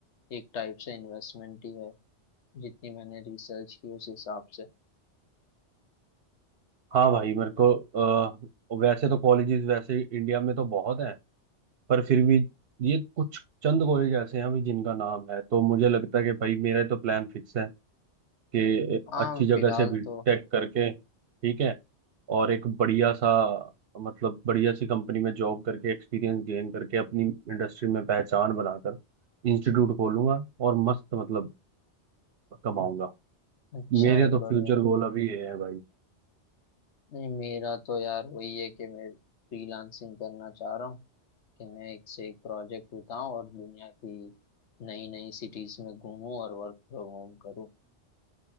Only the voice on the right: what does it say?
हाँ भाई मेरे को अ, वैसे तो कॉलेजेस वैसे इंडिया में तो बहुत हैं पर फिर भी ये कुछ चंद कॉलेज ऐसे हैं भाई जिनका नाम है तो मुझे लगता है कि भाई मेरा तो प्लान फिक्स है कि
अच्छी जगह
से बीटेक
करके ठीक है और एक बढ़िया सा मतलब बढ़िया सी कंपनी में जॉब करके एक्सपीरियंस गेन करके अपनी इंडस्ट्री में पहचान बनाकर इंस्टीट्यूट खोलूंगा और मस्त मतलब कमाऊंगा
मेरे
तो
फ्यूचर
गोल अभी ये है भाई